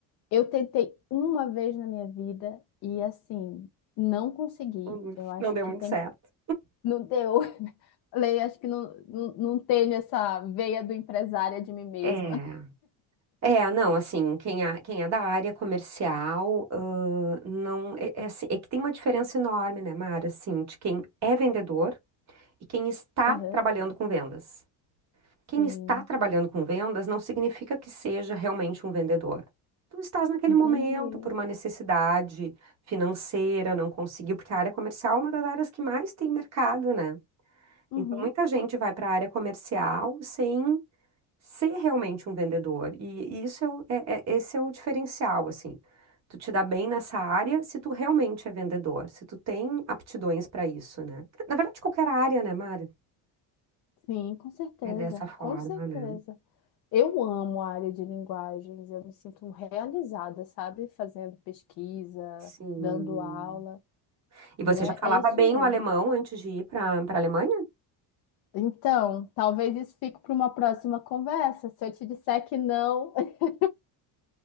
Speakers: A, on the left; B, on the right.
A: Eu tentei uma vez na minha vida e assim, não consegui.
B: Não deu
A: Eu acho
B: não deu
A: que
B: muito
A: tem
B: certo.
A: que não deu. <laughs> Falei, acho que não, não, não tenho essa veia do empresária de mim mesma.
B: É, É, não, assim, quem é, quem é da área comercial, ãh, não, é, é assim, é que tem uma diferença enorme, né, Mara, assim, de quem é vendedor e quem está
A: Aham,
B: trabalhando com vendas. Quem
A: Sim,
B: está trabalhando com vendas não significa que seja realmente um vendedor. Tu estás naquele
A: entendi.
B: momento por uma necessidade financeira, não conseguiu, porque a área comercial é uma das áreas que mais tem mercado, né?
A: Uhum,
B: Então, muita gente vai para a área comercial sem ser realmente um vendedor. E isso é, o- é- é- esse é o diferencial, assim. Tu te dá bem nessa área se tu realmente é vendedor, se tu tem aptidões para isso, né? Na verdade, qualquer área, né, Mara?
A: Sim, com certeza,
B: É dessa forma,
A: com certeza.
B: né?
A: Eu amo a área de linguagens, eu me sinto realizada, sabe? Fazendo pesquisa,
B: Sim.
A: dando aula,
B: E você
A: e é,
B: já falava
A: é isso
B: bem
A: mesmo.
B: o alemão antes de ir para para a Alemanha?
A: Então, talvez isso fique para uma próxima conversa. Se eu te disser que não, <laughs>